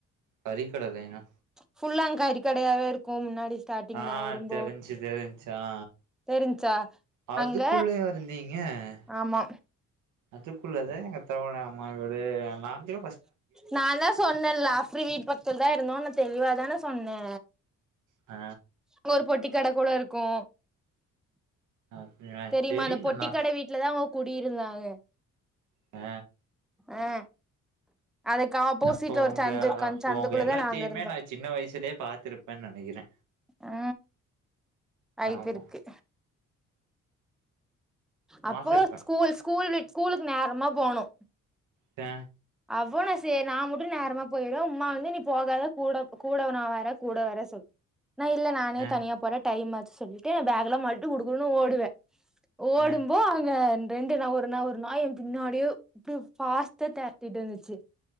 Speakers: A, on the right; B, in the centre.
A: கறிக்கட லைனா
B: ஃபுல்லா அங் கறிகடையாவே இருக்கும் முன்னாடி ஸ்டார்டிங்ல
A: ஆ
B: வரும்போ
A: தெரிஞ்சு தெரிஞ்சு ஆ
B: தெரிஞ்சா
A: ஆ அதுக்குள்ளயா
B: அங்க
A: இருந்தீங்க அ
B: ஆமா
A: அதுக்குள்ளதா எங்க அத்தாவோட அம்மாவீடு அ நாங்கலு
B: நா தா சொன்னேல அஃப்ரீ வீட் பக்த்துல தா இருந்தோனு தெளிவாதான சொன்னே
A: ஆ
B: அங்க ஒரு பொட்டி கட கூட இருக்கு
A: அப்டியா
B: தெரிமா
A: தெரிலண்ணா
B: அந்த பொட்டி கட வீட்ல தா அவுங்க குடியிருந்தாங்க
A: அ
B: அ அதுக்கு ஆப்போசிட்ல
A: அப்போ
B: ஒரு
A: உங்க
B: சந்து இருக்கு
A: அப்போ
B: அந்த சந்துக்குள்ளதா
A: உங்க எல்லாத்தையுமே
B: நாங்க இருந்தோ
A: நா சின்ன வயசுலயே பாத்துருப்பேன்னு நெனைக்கிறே
B: அ ஆய்ப்பு
A: ஆமா
B: இருக்கு
A: பாத்துருப்பே
B: அப்போ ஸ்கூல் ஸ்கூல் விட் ஸ்கூலுக்கு நேரமா போணு
A: அ
B: அவ நா சே நா மட்டு நேரமா போயிடற உம்மா வந்து நீ போகாத கூட கூட நா வர கூட வர சொல் நா இல்ல நானே
A: ஆ
B: தனியா போர டைம்மாச்சு சொல்லிட்டு பேக்கெல்லா மாட்டிட்டு குடுகுடுனு ஓடுவ ஓடும்போ
A: ஆ
B: அங்க ரெண்டு நா ஒரு நா ஒரு நாய் எ பின்னாடியே இப்டி ஃபாஸ்ட்டா தெரட்டிட்டு வந்துச்சு